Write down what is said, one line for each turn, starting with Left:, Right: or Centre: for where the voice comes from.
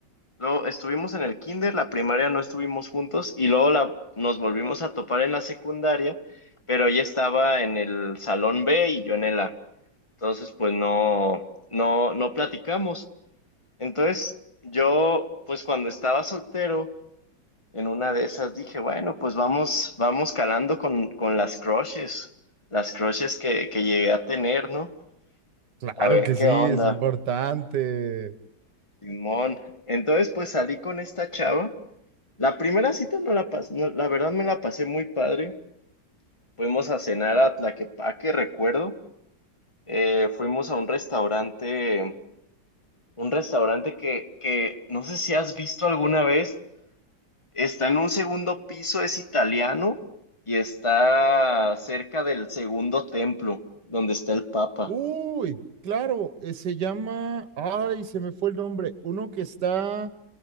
Left: No, estuvimos en el kinder, la primaria no estuvimos juntos y luego la, nos volvimos a topar en la secundaria, pero ella estaba en el salón B y yo en el A. Entonces, pues no, no, no platicamos. Entonces, yo, pues cuando estaba soltero, en una de esas dije, bueno, pues vamos, vamos calando con, con las crushes, las crushes que, que llegué a tener, ¿no?
Right: claro
Left: A ver
Right: que
Left: qué
Right: sí,
Left: onda.
Right: es importante.
Left: Simón. Entonces, pues salí con esta chava. La primera cita no la pasé, la verdad me la pasé muy padre. Fuimos a cenar a Tlaquepaque, recuerdo. Eh, fuimos a un restaurante, un restaurante que, que no sé si has visto alguna vez. Está en un segundo piso, es italiano y está cerca del segundo templo, donde está el Papa.
Right: Uy, claro, eh, se llama, ay, se me fue el nombre, uno que está...